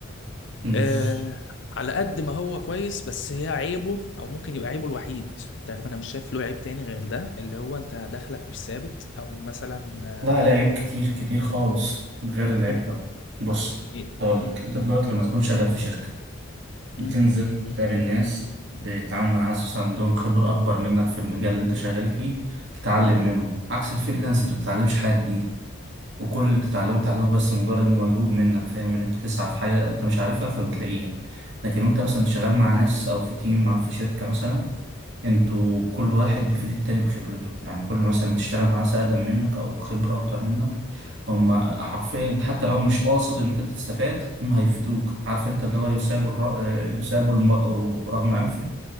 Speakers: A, on the right; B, on the left.
A: بز-
B: آه على قد ما هو كويس بس هي عيبه او ممكن يبقى عيبه الوحيد تقريبا انا مش شايف له عيب تاني غير ده اللي هو انت دخلك مش ثابت او مثلا آه،
A: لا عليه عيوب كتير كتير خالص غير العيب
B: م-
A: ده
B: م-
A: بص
B: إيه؟
A: هقول
B: م-
A: لك انت دلوقتي لما تكون شغال في شركه
B: م-
A: بتنزل بتقابل ناس بتتعامل مع ناس مثلا عندهم خبره اكبر منك في المجال اللي انت شغال فيه تتعلم
B: م-
A: منهم عكس الفريلانس انت ما بتتعلمش حاجه جديده وكل اللي بتتعلمه بتتعلمه بس مجرد انه مجهود منك فاهم ان انت تسعى في حاجه انت مش عارفها فبتلاقيها لكن وانت مثلا شغال مع ناس او في تيم مع- في شركه مثلا انتوا كل واحد بيفيد التاني بخبرته يعني كل مثلا بتشتغل مع ناس اقدم منك او خبرة اكتر منك هما حرفيا انت حتى لو مش قاصد ان انت تستفاد هما هيفيدوك عارف انت اللي هو يساب الر... آه، يساب المرء رغم انفه